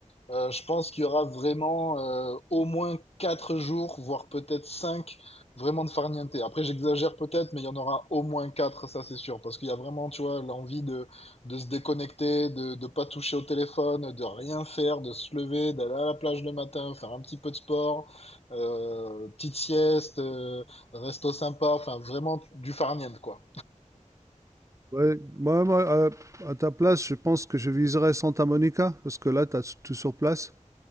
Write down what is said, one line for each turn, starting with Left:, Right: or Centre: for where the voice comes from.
Left: Euh, je pense qu'il y aura vraiment euh, au moins quatre jours, voire peut-être cinq, vraiment de farniente. Après, j'exagère peut-être, mais il y en aura au moins quatre, ça c'est sûr, parce qu'il y a vraiment, tu vois, l'envie de, de se déconnecter, de ne pas toucher au téléphone, de rien faire, de se lever, d'aller à la plage le matin, faire un petit peu de sport, euh, petite sieste, euh, resto sympa, enfin vraiment du farniente, quoi.
Right: ouais, moi moi, heu, à ta place, je pense que je viserais Santa Monica parce que là, tu as tout sur place.